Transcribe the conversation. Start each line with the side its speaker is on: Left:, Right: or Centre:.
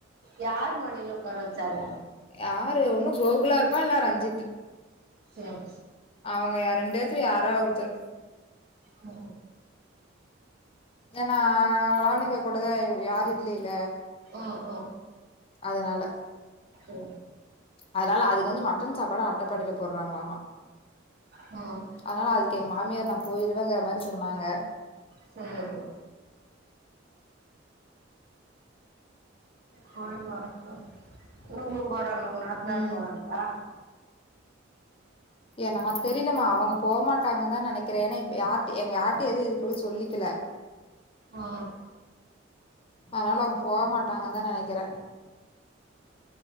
Right: யாரு மடில உக்கார வெச்சாங்க
Left: யாரு ஒண்ணு கோகுலா இருப்பா இல்லா ரஞ்சித்து
Right: ம்
Left: அவங்கய ரெண்டு யேத்துல யாரா ஒருத்தர்
Right: உ
Left: ஏன்னாலாவணிக்கா கொடதா யாரு இல்லைல
Right: ஆ ஹ
Left: அதனால
Right: ஓ
Left: அதனால அதுக்கு வந்து மட்டன் சாப்பாடு அட்டப்பாடியில போடுறாங்களாமா
Right: ம்
Left: அதனால அதுக்கு எங்க மாமியார் நா போயிருவேங்கற மாரி சொன்னாங்க
Right: சொல்லு போய்டு வர இவ்ங்ளு போறாங்களா உங்க நாத்தநார்
Left: ம்
Right: போறாங்களா
Left: எ னாத் தெரியலமா அவங்க போகமாட்டாங்கு தா நினைக் க்கிறே ஏனா இப்ப யாருட் எங்க யாருடயு எதுவு இது போயி சொல்லிக்கல
Right: ம்
Left: அனால அவங் போவ் மாட்டாங்க தா நெனைக்கிறே